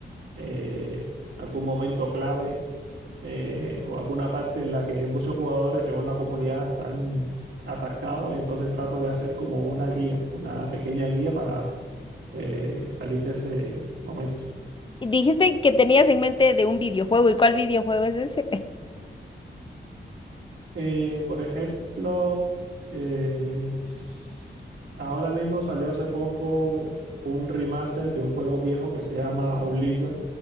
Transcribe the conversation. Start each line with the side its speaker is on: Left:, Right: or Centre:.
Right: eh, algún momento clave eh, o alguna parte en la que muchos jugadores, según la comunidad, están atascados, y entonces trato de hacer como una guía, una pequeña guía para eh, salir de ese momento.
Left: Y Dijiste que tenías en mente de un videojuego. ¿Y cuál videojuego es ese?
Right: Eh, por ejemplo, eh, s- ahora mismo salió hace poco un remaster de un juego viejo que se llama Oblivion,